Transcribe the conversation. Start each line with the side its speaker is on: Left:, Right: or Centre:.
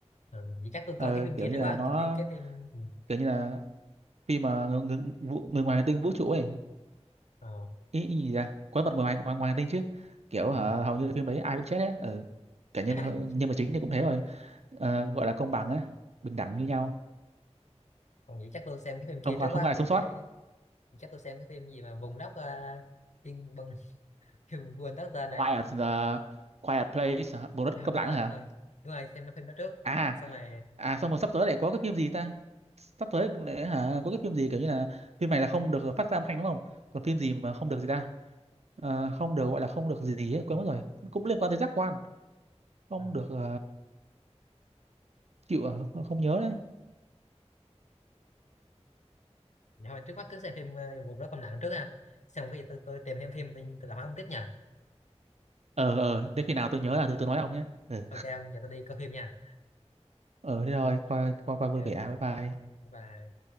Left: à, vậy chắc tôi
Right: ờ,
Left: coi cái phim
Right: kiểu
Left: kia
Right: như
Left: trước
Right: là
Left: quá
Right: nó
Left: cái phim cái phim ừ.
Right: kiểu như là khi mà người, người, vũ- người ngoài hành tinh vũ trụ ấy
Left: ờ,
Right: ý, ý gì ra quái vật ngoài ngoài, ngoài hành tinh chứ kiểu
Left: ờ.
Right: hả, hầu như phim đấy ai cũng chết đấy ừ. cả nhân
Left: <laughs>
Right: vật-
Left: ai cũng chứ
Right: nhân vật chính thì cũng thế rồi Ờ, gọi là công bằng á bình đẳng như nhau
Left: còn vậy chắc tôi xem cái phim kia
Right: không có
Left: trước
Right: không
Left: quá
Right: có ai
Left: phim
Right: sống sót
Left: cái chắc tôi xem cái phim gì mà vùng đất uh, tiên bằng <laughs> quên đất tên này
Right: Quiet the Quiet Place hả? bộ đất
Left: à,
Right: câm
Left: đúng
Right: lặng
Left: rồi
Right: hả
Left: đúng rồi đúng rồi xem nó phim đó trước
Right: à
Left: xong rồi
Right: à xong rồi sắp tới lại có cái phim gì ta sắp tới lại hả có cái phim gì kiểu như là phim này là không được phát ra âm thanh đúng không còn phim gì mà không được gì ta Ờ, không được gọi là không được gì ấy, quên mất rồi cũng liên quan tới giác quan không
Left: ờ,
Right: được Ờ, chịu à không, không nhớ nữa
Left: Dạ thôi trước mắt cứ xem phim ờ, vùng đó câm lặng trước ha xem cái gì tôi tôi tìm thêm phim tôi, tôi lại hỏi ông tiếp nha
Right: ờ ờ đến khi nào tôi nhớ là tôi tôi nói ông nhé Ừ.
Left: ok ông giờ tôi đi coi phim nha
Right: ờ thế rồi coi coi coi vui
Left: Ok,
Right: vẻ bye bye
Left: bye bye